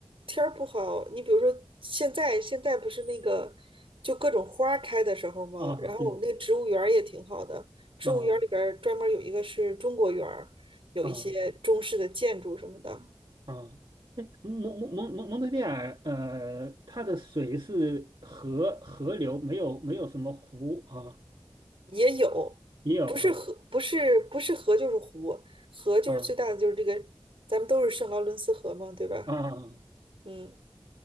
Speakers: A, on the right; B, on the right.
A: 天儿不好，你比如说现在现在不是那个就各种花儿开的时候吗？
B: 啊，
A: 然后我们那个植物园儿也挺好的，
B: 对
A: 植物园儿里边儿专门有一个是中国园儿有一些中式的建筑什么的
B: 啊啊。哦啊，哎蒙蒙蒙蒙蒙特利尔，呃，它的水是河河流，没有没有什么湖啊，
A: 也有，
B: 也有哈
A: 不是河，不是不是河就是湖，河就是最大的就是这个，
B: 啊
A: 咱们都是圣劳伦斯河嘛，对吧？
B: 啊，
A: 嗯，